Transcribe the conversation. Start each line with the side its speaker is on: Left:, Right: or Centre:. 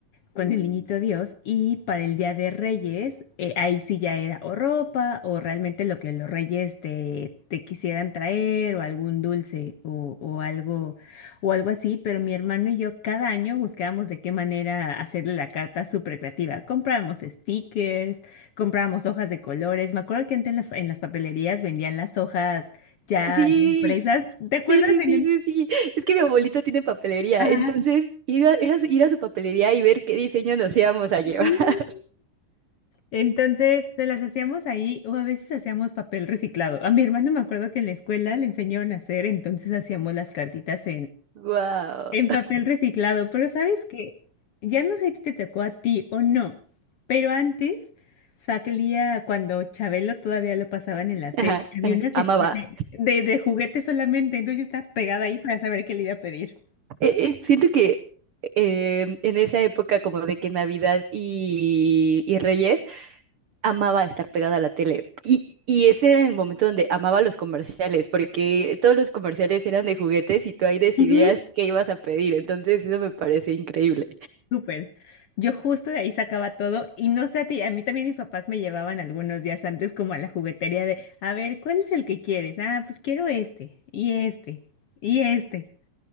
Left: con el niñito Dios y para el Día de Reyes, eh, ahí sí ya era o ropa o realmente lo que los reyes te, te quisieran traer o algún dulce o, o algo o algo así, pero mi hermano y yo cada año buscábamos de qué manera hacerle la carta súper creativa. Comprábamos stickers, Comprábamos hojas de colores. Me acuerdo que antes en las, en las papelerías vendían las hojas ya
Right: Sí,
Left: ya impresas. ¿Te acuerdas?
Right: Sí, sí,
Left: En...
Right: sí, sí, sí. Es que mi abuelito tiene papelería,
Left: Ajá,
Right: entonces iba, era su- ir a su papelería y ver qué diseño nos íbamos a llevar.
Left: sí.
Right: <laughs>
Left: Entonces se las hacíamos ahí o a veces hacíamos papel reciclado. A mi hermano me acuerdo que en la escuela le enseñaron a hacer, entonces hacíamos las cartitas
Right: Wow.
Left: En papel reciclado, pero ¿sabes que Ya no sé si te tocó a ti o no, pero antes salía cuando Chabelo todavía lo pasaban en la tele,
Right: Ajá,
Left: había
Right: ajá,
Left: una sección
Right: amaba.
Left: de, de, de juguetes solamente, entonces yo estaba pegada ahí para saber qué le iba a pedir.
Right: Eh, eh, siento que eh, en esa época como de que Navidad y, y Reyes, amaba estar pegada a la tele. Y, y ese era el momento donde amaba los comerciales, porque todos los comerciales eran de juguetes y tú ahí decidías
Left: Ujú.
Right: qué ibas a pedir. Entonces eso me parece increíble.
Left: Súper. Yo justo de ahí sacaba todo y no sé a ti, a mí también mis papás me llevaban algunos días antes como a la juguetería de, a ver, ¿cuál es el que quieres? Ah, pues quiero este y este y este,